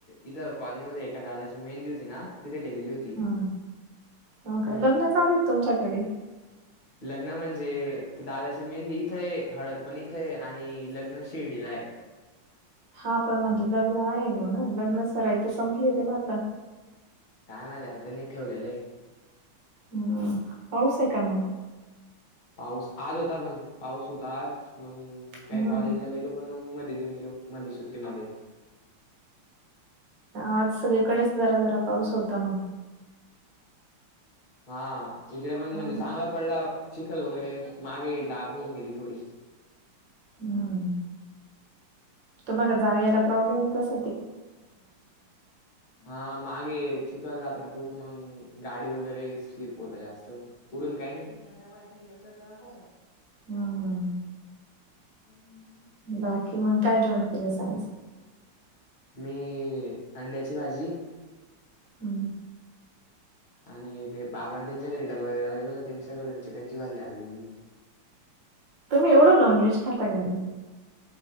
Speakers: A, on the left (about 25°); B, on the right (about 60°).
A: इथं कॉलोनीमध्ये एका दादाची मेहंदी होती ना, तिथे गेलेली होती.
B: हा. हा का?
A: हम्म
B: लग्न चालूए का तुमच्याकडे?
A: लग्न म्हणजे? दादाची मेहंदी इथं आहे. हळद पण इथं आहे. आणि लग्न शिर्डीला आहे.
B: हा पण म्हणजे लग्न आहे ना? लग्न सराई तर संपली होती ना आत्ता.
A: काय माहीत आता त्यांनी ठेवलेलं आहे.
B: हम्म. पाऊस आहे का म?
A: पाऊस आज होता पण, पाऊस होता आज. मग काही
B: हम्म
A: कॉलेजला गेलो- पण मग मध्ये येऊन गेलो मध्येे सुट्टी मध्ये.
B: आज सगळीकडेच जरा जरा पाऊस होता मग.
A: हा. इकडे पण
B: हा.
A: म्हणजे चांगला पडला. चिखल वगैरे मागे डाब होऊन गेली थोडी.
B: हम्म. तुम्हाला जा यायला प्रॉब्लेम येत असे -
A: हा. मागे चिखल राहतो ना खूप. मग- गाडी वगैरे स्लीप होत्या जास्त. पुढून काही नाही.
B: हम्म.
A: हम्म
B: बाकी मग काय जेवण केलस आज?
A: मी अंड्याची भाजी-
B: हम्म.
A: आणि ते बाबांन त्यांच्याकडे डबा द्यायला गेलो होतो त्यांच्याघरून चिकनची भाजी आलेलीए.
B: तुम्ही एवढ नॉनव्हेज खाता का रे?